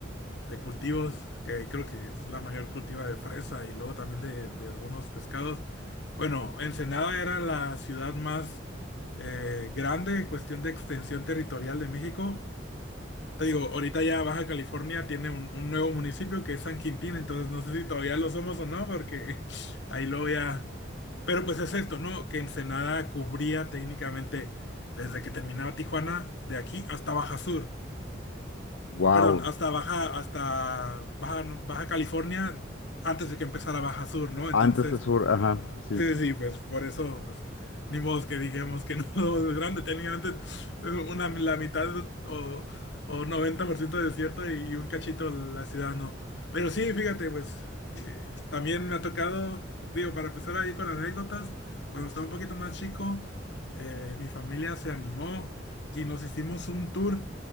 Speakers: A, on the left (about 65°); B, on the left (about 80°).
A: de cultivos, que creo que es la mayor cultiva de fresa y luego también de, de algunos pescados. Bueno, Ensenada era la ciudad más eh, grande en cuestión de extensión territorial de México. Te digo, ahorita ya Baja California tiene un, un nuevo municipio que es San Quintín, entonces no sé si todavía lo somos o no, porque <laughs> ahí luego ya... Pero pues es esto, ¿no? Que Ensenada cubría técnicamente desde que terminaba Tijuana, de aquí hasta Baja Sur.
B: Wow.
A: Perdón, hasta Baja, hasta Baja, Baja California, antes de que empezara Baja Sur, ¿no? Entonces,
B: Antes de sur, ajá, sí.
A: Sí, sí, sí, pues por eso, pues, ni modo que dijimos que no <laughs> es grande, tenía antes eh, una, la mitad o, o 90% de desierto y, y un cachito la ciudad, no. Pero sí, fíjate, pues, eh, también me ha tocado, digo, para empezar ahí con anécdotas, cuando estaba un poquito más chico, eh, mi familia se animó y nos hicimos un tour